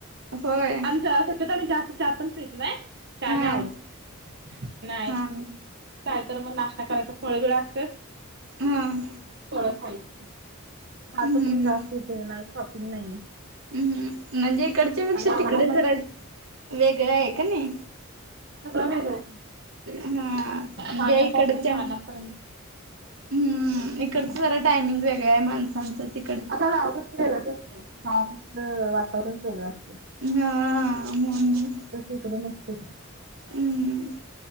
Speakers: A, on the right; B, on the right.
A: होय
B: अच्छा. शक्यतो आम्ही जास्त चहा पण पित नाही. चहा
A: हा
B: नाही आवडत. नाही.
A: हा
B: काय तर मग नाश्ता करायचा. फळ बीळ असते.
A: हा
B: फळ खायची. आता
A: हम्म
B: कोण जास्त इथे नाही शॉपिंग नाही.
A: हम्म. म्हणजे इकडच्या पेक्षा,
B: आम्हाला
A: तिकडे
B: पण
A: जरा वेगळ हाय कनी.
B: सगळ वेगळं.
A: हा म्हणजे
B: खाण्यापासून
A: इकडच्या,
B: राहण्यापर्यंत.
A: हम् इकडच
B: हम्म
A: जरा टायमिंग वेगळ हाय माणसाच ते.
B: आता गावाकडचं वेगळच असतय. गावाकडचं वातावरण वेगळच असतय.
A: हा म्हणून.
B: तस इकड नसतय.
A: हम्म.